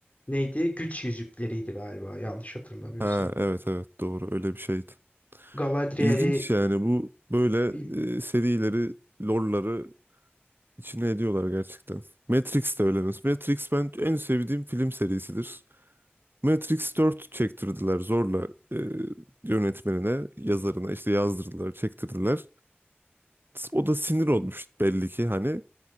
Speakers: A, on the left; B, on the right.
A: Neydi? Güç yüzükleriydi galiba yanlış hatırlamıyorsam.
B: Ha evet evet doğru öyle bir şeydi.
A: Galadriel'i
B: İlginç yani bu böyle
A: bil-
B: e, serileri, lore'ları içine ediyorlar gerçekten. Matrix de öyle mesela. Matrix ben en sevdiğim film serisidir. Matrix 4 çektirdiler zorla e, yönetmenine, yazarına işte yazdırdılar, çektirdiler. O da sinir olmuş belli ki hani